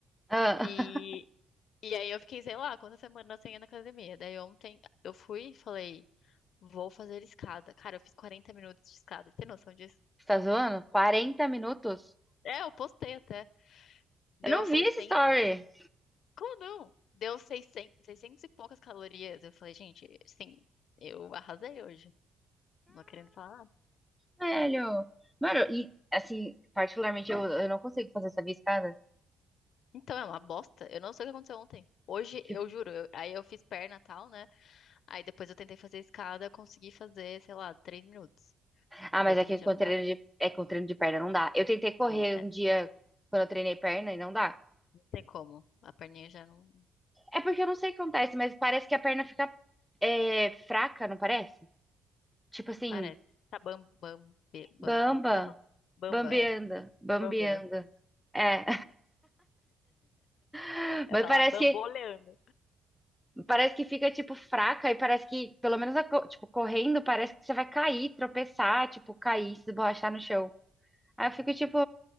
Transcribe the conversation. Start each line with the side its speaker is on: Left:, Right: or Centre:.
Centre: Ah,
Left: E, e aí eu fiquei, sei lá, quantas semanas sem ir na academia. Daí ontem eu fui e falei, vou fazer escada. Cara, eu fiz 40 minutos de escada. Tem noção disso?
Centre: <laughs> você tá zoando? quarenta minutos?
Left: É, eu postei até. Deu
Centre: Eu não
Left: 600...
Centre: vi esse story.
Left: Como não? Deu 600, 600 e poucas calorias. Eu falei, gente, sim, eu arrasei hoje. Não querendo falar
Centre: Caralho. Mano, e assim, particularmente eu, eu não consigo fazer essa escada.
Left: Então, é uma bosta. Eu não sei o que aconteceu ontem. Hoje,
Centre: Tipo,
Left: eu juro, eu- aí eu fiz perna e tal, né? Aí depois eu tentei fazer escada, consegui fazer, sei lá, três minutos.
Centre: ah,
Left: Porque
Centre: mas
Left: daí também
Centre: aqui
Left: já
Centre: com
Left: não
Centre: treino
Left: dava.
Centre: de, é com treino de perna não dá. Eu tentei
Left: Então,
Centre: correr
Left: é,
Centre: um
Left: não
Centre: dia quando eu treinei perna e não dá.
Left: tem como. A perninha já não
Centre: É porque eu não sei o que acontece, mas parece que a perna fica é, fraca, não parece? Tipo assim,
Left: parece. Tá bam, bam, be- bambu.
Centre: bamba,
Left: como é que fala? Bamba,
Centre: bambeando,
Left: é.
Centre: bambeando.
Left: Bambeando.
Centre: É, <laughs>
Left: É
Centre: mas
Left: falar
Centre: parece
Left: bamboleando.
Centre: que Parece que fica, tipo, fraca e parece que, pelo menos, a co- tipo, correndo, parece que você vai cair, tropeçar, tipo, cair, se esborrachar no chão. Aí eu fico, tipo,